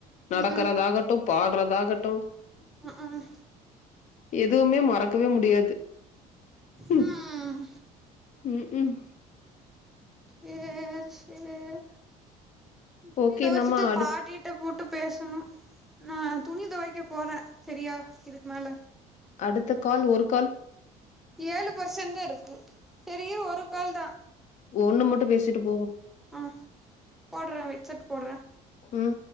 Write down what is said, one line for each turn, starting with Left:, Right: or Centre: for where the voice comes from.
Left: நடக்கறதாகட்டொ
Centre: ம்
Left: பாட்ற தாகட்டொ
Centre: ம் ம்
Left: எதுமே மறக்கவே முடியாது உம்
Centre: ம்
Left: உ உம்
Centre: சேர் சேர் துணிதொவச்சுட்டு
Left: ஓகே நம்ம அடுத்
Centre: பாடிட்ட புட் டு பேசணு நா துணி தொவைக்க போறே செரியா இதுக் மேல
Left: அடுத்த கால் ஒரு கால்
Centre: ஏழு பேர்சென்தா இருக்கு செரி இரு ஒரு கால்தா
Left: ஒன்னு மட்டோ பேசிட்டு போவொ
Centre: ஆ போட்ற வெச்செட் போட்ற
Left: உம்